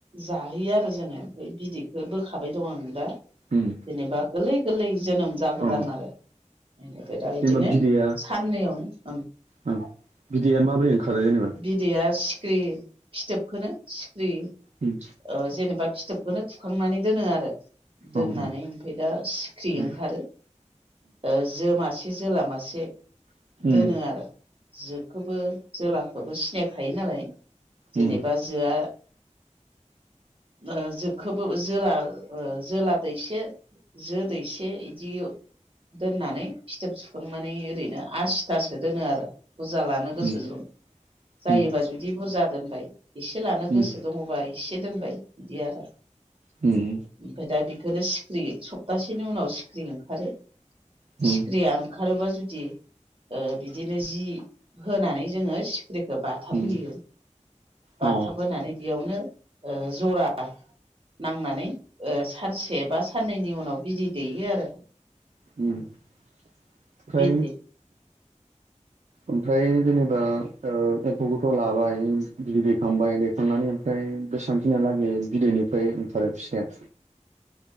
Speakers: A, on the right; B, on the right.
A: जाहोयो आरो जोङो ओमफ्राय बिदैखौ बोखाबाय दं आं दा।
B: उम
A: जेनेबा गोरलै गोरलै जोनोम जागोदान
B: औ
A: आरो बेनिफ्राय दा इदिनो
B: जेनेबा बिदैया
A: साननैयावनो ओं
B: ओं बिदैया माबोरै ओंखारो जेनेबा
A: बिदैया सिखिरि फिथोबखौनो सिख्रिरि ओ
B: उम
A: जेनेबा फिथोबखौनो थुखांनानै दोनो आरो
B: औ
A: दोननानै
B: उम
A: ओमफाय दा सिख्रि
B: उम
A: ओंखारो ओ जो मासे जोला मासे
B: उम
A: दोनो आरो। जोखौबो जोलाखौबो सिनायखायो नालाय जेनेबा
B: उम उम
A: जोआ ओ जोखौबो जोला जोला दैसे जो दैसे इदि दोननानै फिथोब सुखांनानै ओरैनो आसिथासो दोनो आरो बुरजा लानो
B: उम
A: गोसोजों जायोबा
B: उम
A: जुदि बुरजा दोनबाय एसे लानो गोसो
B: उम
A: दङबा एसे दोनबाय बिदि आरो
B: उम
A: ओमफ्राय दा बेखौनो सिख्रि सप्तासेनि उनाव सिख्रि ओंखारो
B: उम
A: सिखिरिया ओंखारोबा जुदि बिदिनो जि होनानै जोङो सिख्रिखौ बाथाब
B: उम
A: होयो। बाथाब
B: औ
A: होनानै बेयावनो ओ जरा नांनानै ओ सानसे बा साननैनि उनाव बिदै दैयो आरो।
B: उम आमफ्राय
A: बिदै
B: ओमफ्राय जेनेबा ओ एम्फौखौथ' लाबाय बिदै दैखांबाय दैखांनानै ओमफ्राय बेसां दिनालागै बिदैनिफ्राय ओंखारो फिसाया?